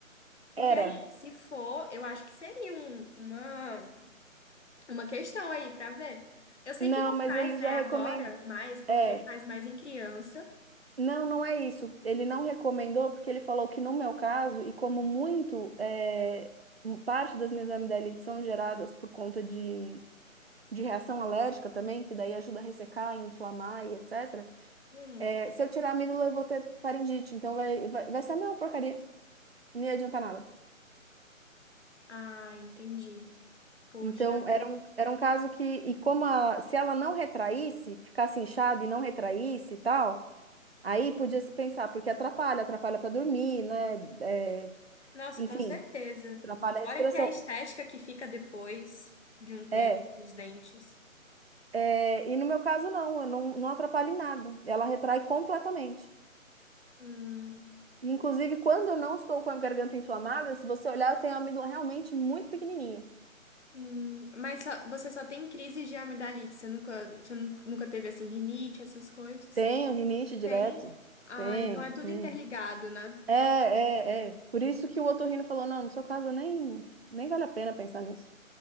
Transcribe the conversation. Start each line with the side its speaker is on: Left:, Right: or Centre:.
Left: Porque
Right: era.
Left: aí, se for, eu acho que seria um- uma, uma questão aí pra ver. Eu sei
Right: Não,
Left: que não
Right: mas
Left: faz,
Right: ele
Left: né,
Right: já
Left: agora,
Right: recomendou.
Left: mais, porque
Right: É,
Left: faz mais em criança.
Right: não, não é isso. Ele não recomendou porque ele falou que no meu caso, e como muito, é, um- parte das minhas amidalites são geradas por conta de, de reação alérgica também, que daí ajuda a ressecar, inflamar e etc.
Left: Hum,
Right: É, se eu tirar a amígdala eu vou ter faringite. Então vai, vai, vai ser a mesma porcaria. Não ia adiantar nada.
Left: ah, entendi. Poxa,
Right: Então, era um, era um caso que, e como a- se ela não retraísse, ficasse inchada e não retraísse e tal, aí podia se pensar, porque atrapalha, atrapalha para dormir, né? É,
Left: nossa,
Right: enfim,
Left: com certeza.
Right: atrapalha
Left: Fora
Right: a respiração.
Left: que a estética que fica depois de um tempo,
Right: É,
Left: os dentes.
Right: é, e no meu caso, não, eu não, não atrapalha em nada. Ela retrai completamente.
Left: Hum.
Right: E, Inclusive, quando eu não estou com a garganta inflamada, se você olhar, eu tenho a amígdola realmente muito pequenininha.
Left: Hum, mas só- você só tem crise de amidalite, você nunca, você nu- nunca teve assim rinite, essas coisas?
Right: Tenho rinite direto.
Left: Tem? Ah,
Right: Tenho,
Left: então é tudo
Right: tenho.
Left: interligado, né?
Right: É, é, é. Por isso que o otorrino falou, não, no seu caso nem, nem vale a pena pensar nisso.